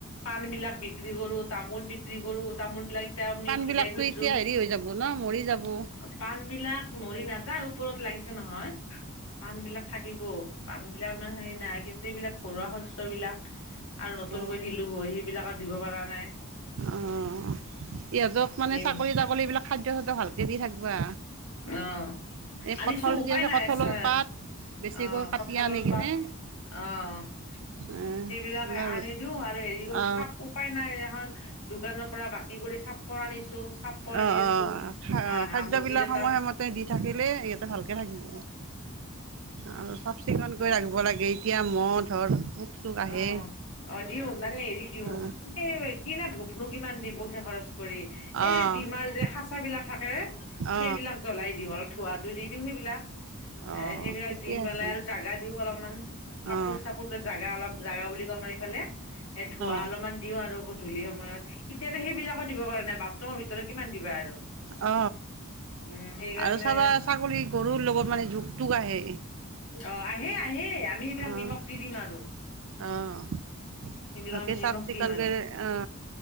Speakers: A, on the left; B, on the right.
A: পাণ বিলাক বিক্ৰী কৰোঁ, তামোল বিক্ৰী কৰোঁ, তামোল বিলাক এতিয়া আমি
B: পাণ
A: ভিজাই
B: বিলাকতো
A: থৈ দিছো।
B: এতিয়া হেৰি হৈ যাব ন মৰি যাব।
A: পাণ বিলাক মৰি নাযায়, ওপৰত লাগিছে নহয়। পাণবিলাক থাকিব, পাণ বিলাক ইমান হেৰি নাই কিন্তু এইবিলাক ঘৰুৱা শস্যবিলাক আৰু নতুনকৈ
B: অ
A: দিলোঁ হয় সেইবিলাক আৰু দিব পৰা নাই।
B: অ', ইহঁতক মানে
A: সেনেকুৱা
B: চাগলী তাগলী বিলাক খাদ্য চাদ্য ভালকে দি থাকবা।
A: অ',
B: এই
A: আনিছোঁ
B: কঁঠাল
A: উপায়
B: যি আছে
A: নাই,
B: কঁঠালৰ
A: চা
B: পাত বেছিকৈ
A: অ',
B: কাটি
A: কঠালৰ
B: আনি কিনে
A: পাত, অ'।
B: এইবিলাক
A: সেইবিলাক আনি দিও আৰু হেৰি কৰো
B: অ
A: চাপ উপায় নাই এখন দোকানৰ পৰা বাকী কৰি চাপ চাপৰ আনিছোঁ, চাপৰ
B: অ
A: দি আছোঁ,
B: অ
A: হা হাঁহ
B: খাদ্যবিলাক
A: মুৰ্গী কেইটা
B: সময়মতে দি থাকি দিলে ইহঁতে ভালকে থাকিব আৰু চাফ চিকুণকৈ ৰাখব লাগে। এতিয়া মও ধৰ চোক আহে
A: অ', অ', দিওঁ মানে হেৰি দিওঁ।
B: অ
A: এই কিনা ধূপনো কিমান দিম পইচা খৰচ কৰি এই
B: অ
A: যে ডিমাৰ যে সাচ সেইবিলাক থাকে,
B: অ
A: সেইবিলাক জ্বলাই দিওঁ, অলপ ধোৱাতো দি দিওঁ সেইবিলাক।
B: অ
A: এ সেইবিলাক
B: ঠিকে
A: দি পেলাই
B: আছে
A: আৰু জাগা দিও অলপমান, কাপোৰ
B: অ
A: চাপোৰ জাগা অলপ গা বুলি কই আমাৰ এইফালে, এ ধোঁৱা
B: অ
A: অলপমান দিওঁ আৰু। গধূলি সময়ত, এতিয়াতো সেইবিলাকো দিব পৰা নাই বাথৰুমৰ ভিতৰত কিমান দিবা আৰু।
B: অ',
A: উম সেইকাৰণে
B: আৰু চাবা ছাগলী গৰুৰ লগত মানে জোক তোক আহে।
A: অ', আহে আহেই, আমি সেইবিলাক
B: অ',
A: নিমখ দি দিম আৰু
B: অ'।
A: সেইবিলাক
B: ভালকে
A: আমি নিমখ
B: চাফ চিকুণ
A: দিম আৰু
B: কৰি অ'।